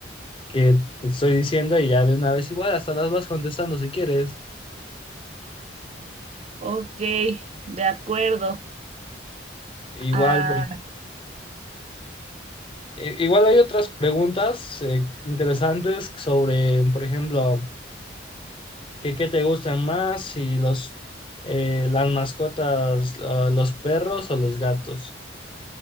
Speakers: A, on the left (about 30°); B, on the right (about 35°).
A: que te estoy diciendo y ya de una vez igual, hasta las vas contestando si quieres.
B: Ok, de acuerdo.
A: Igual,
B: Ah,
A: I- Igual hay otras preguntas eh, interesantes sobre, por ejemplo, ¿qué, qué te gustan más? Si los, eh, las mascotas, ah, los perros o los gatos.